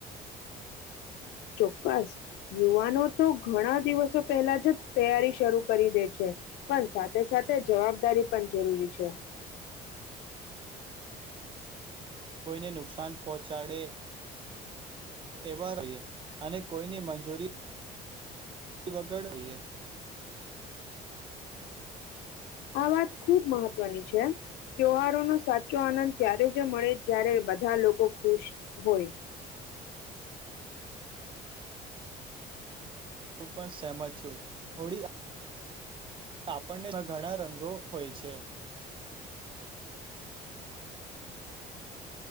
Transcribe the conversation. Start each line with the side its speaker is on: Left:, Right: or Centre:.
Left: ચોક્કસ યુવાનો તો ઘણા દિવસો પહેલા જ તૈયારી શરૂ કરી દે છે પણ સાથે સાથે જવાબદારી પણ જરૂરી છે.
Right: કોઈને નુકસાન પહોંચાડે. એવા જોઈએ અને કોઈની મંજૂરી. વગડ હોઈએ.
Left: આ વાત ખૂબ મહત્વની છે ત્યવારોનો સાચો આનંદ ત્યારે જ મળે જ્યારે બધા લોકો ખુશ હોય.
Right: હું પણ સહેમત છું હોળી આપણને ઘણા રંગો હોય છે.